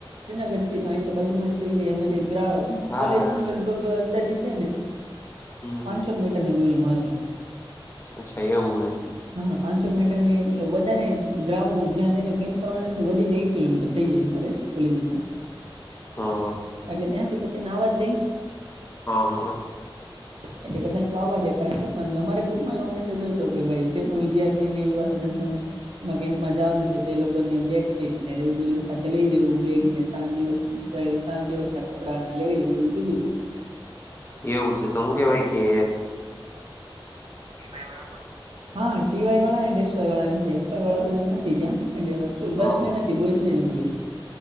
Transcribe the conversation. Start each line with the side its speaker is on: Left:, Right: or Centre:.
Right: જુનાગઢથી તો તો બાજુમાં થઈ જાય. અમે ગ્રહ
Left: હા
Right: કોલેજથી લ લગભગ અંદાજીત છે. ને
Left: હમ
Right: પાંચસોક
Left: હમ
Right: મીટરની દૂરીમાં હશે.
Left: અચ્છા, એવું હૈ.
Right: હા, પાંચસો મીટરની વધારે ગ્રાઉન્ડ જ્યાં તેને કેમ કરવાનું વધીને એક કિલોમીટર થઈ જાય. અમારે ખોલી દીધી.
Left: હા, હા.
Right: એટલે ત્યાંથી તો તેને અવાજ દઈ.
Left: હ, હ
Right: એટલે કદાચ તો આવવા દેતા હશે પણ તમારા ગ્રુપમાં એવો મેસેજ હતો કે ભાઈ જે પણ વિદ્યાર્થી તેને <unintelligible> કેમ્પમાં જવાનું છે તે લોકોને બેડશીટ ને એવું બધું સાથે લઈ જવુ બેગને સાત દિવસ ભાઈ સાત દિવસ ના કપડા ને લઈલેવું એવું કીધું તું.
Left: એવું છે તો હું કેવાય કે
Right: ટીવાય વાળા પણ છે હા ટીવાય વાળા અને એસ વાય વાળા ને છે એફ વાય વાળા ને હજી નથી ત્યાં. શું ગર્લ્સને
Left: હા
Right: નથી, બોયઝ નેજ ઓન્લી.